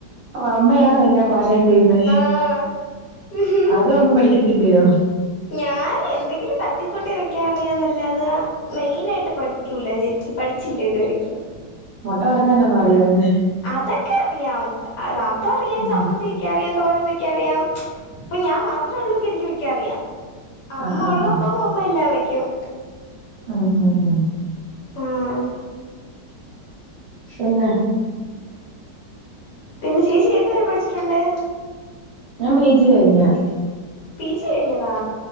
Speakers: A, on the right; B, on the left.
A: അമ്മയാണോ എല്ലാം പാചകം ചെയ്യുന്നെ?
B: ആഹ്
A: പാചകം ഒന്നും പഠിക്കത്തില്ലിയോ?
B: ഞാന് എന്തെങ്കിലും തട്ടിക്കൂട്ടി വെക്കാ അറിയാന്നല്ലാതെ മെയിൻ ആയിട്ട് പഠിക്കൂല ചേച്ചി പഠിച്ചില്ല ഇതുവരെക്കും.
A: മൊട്ട വറക്കാനാന്നോ അറിയാവുന്നെ?
B: അതൊക്കെ അറിയാം അതറിയാം
A: ഉം
B: സമ്മന്തി വെ ക്കാറിയാം തോരൻ വക്കാറിയാം ഇപ്പൊ ഞാൻ മാത്രേ ഉള്ളങ്കി എനിക്ക് വെക്കാറിയാം. അമ്മ
A: ആഹ് ആഹ്
B: ഒള്ളപ്പം
A: ആഹ്
B: അമ്മ എല്ലാം വെക്കും.
A: ഉം ഉം ഉം
B: ആഹ്
A: പിന്നെ
B: പിന്നെ ചേച്ചി ഏതുവരെ പഠിച്ചിട്ടുണ്ട്?
A: ഞാൻ പി ജി കഴിഞ്ഞയാ.
B: പീ ജി കഴിഞ്ഞതാ?